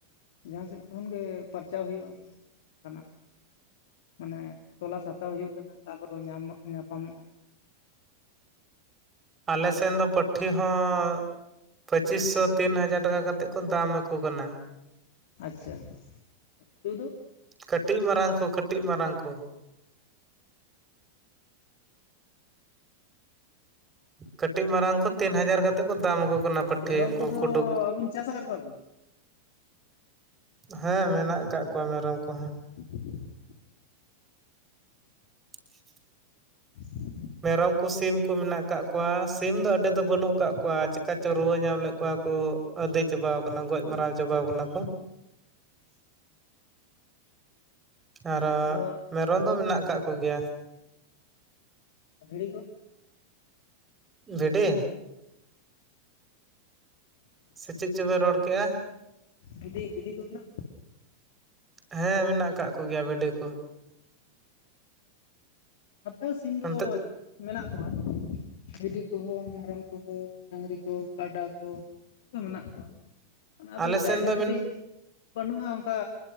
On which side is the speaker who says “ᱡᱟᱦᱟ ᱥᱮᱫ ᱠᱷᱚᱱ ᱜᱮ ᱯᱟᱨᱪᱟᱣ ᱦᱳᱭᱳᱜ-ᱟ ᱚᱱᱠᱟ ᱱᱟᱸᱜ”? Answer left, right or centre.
Left